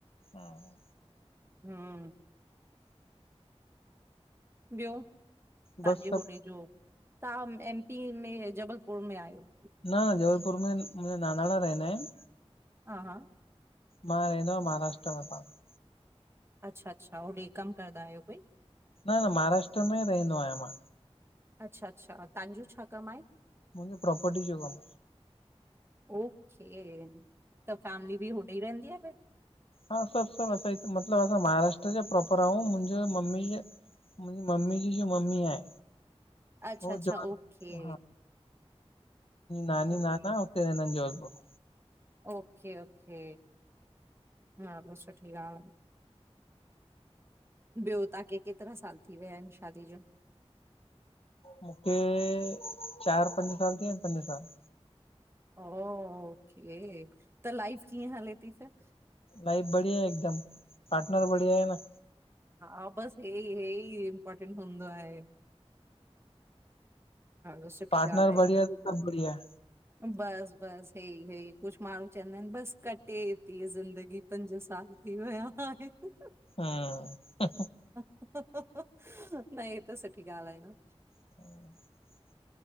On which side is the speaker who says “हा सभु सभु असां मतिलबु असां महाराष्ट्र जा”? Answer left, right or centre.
Left